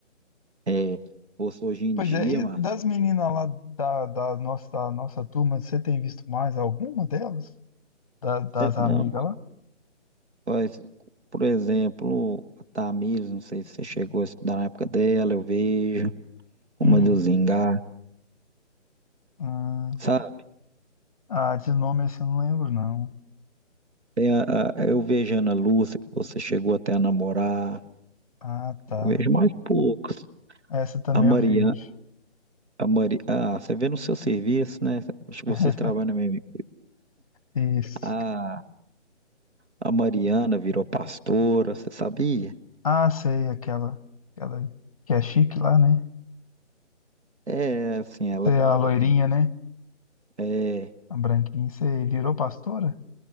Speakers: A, on the right; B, on the left.
A: é, fosse hoje em
B: Pois
A: dia,
B: é, e
A: Márcio,
B: das meninas lá da, da nossa, da nossa turma, você tem visto mais alguma delas? Da- das
A: cê- não,
B: amigas lá?
A: mas, por exemplo, a Tamires, não sei se você chegou a estudar na época dela, eu vejo, uma
B: Hum.
A: do Zingá,
B: Ah,
A: sabe?
B: ah, de nome assim eu não lembro, não.
A: Tem a- a- eu vejo a Ana Lúcia, que você chegou até a namorar,
B: Ah, tá.
A: eu vejo mais poucos.
B: Essa também
A: A Mariana
B: eu vejo.
A: A Mari... Ah, você vê no seu serviço, né? Acho que
B: <laughs>
A: vocês trabalham mesmo.
B: Isso.
A: A, a Mariana virou pastora, você sabia?
B: Ah, sei, aquela, aquela que é chique lá, né?
A: É, assim, ela
B: Sei,
A: era
B: a
A: um
B: loirinha,
A: pouquinho. incos-
B: né?
A: É,
B: A branquinha. Sei, virou pastora?